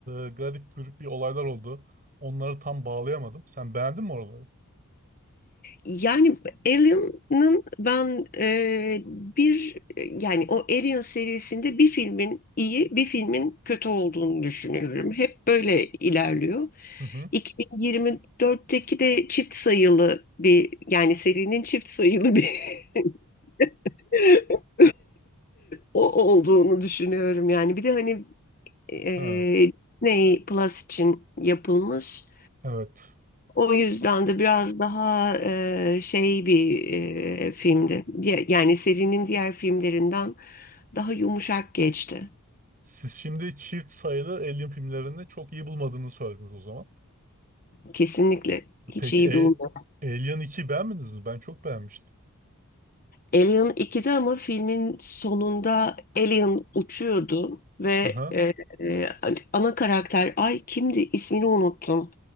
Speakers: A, on the right; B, on the left.
A: e, garip grup bir olaylar oldu. Onları tam bağlayamadım. Sen beğendin mi oraları?
B: Yani Alien'ın ben e, bir yani o Alien serisinde bir filmin iyi bir filmin kötü olduğunu düşünüyorum. Hep böyle ilerliyor.
A: Hı hı.
B: 2024'teki de çift sayılı bir yani serinin çift sayılı bir <laughs> <laughs> O olduğunu düşünüyorum yani. Bir de hani
A: <laughs>
B: e,
A: Ha,
B: Disney Plus için yapılmış.
A: evet.
B: O yüzden de biraz daha e, şey bir e, filmdi. Diye- Yani serinin diğer filmlerinden daha yumuşak geçti.
A: Siz şimdi çift sayılı Alien filmlerini çok iyi bulmadığını söylediniz o zaman.
B: Kesinlikle hiç
A: Peki
B: iyi
A: e-
B: bulmuyorum.
A: Alien 2 beğenmediniz mi? Ben çok beğenmiştim.
B: Alien ikide ama filmin sonunda Alien uçuyordu ve
A: Aha.
B: e, e, ana karakter ay kimdi ismini unuttum.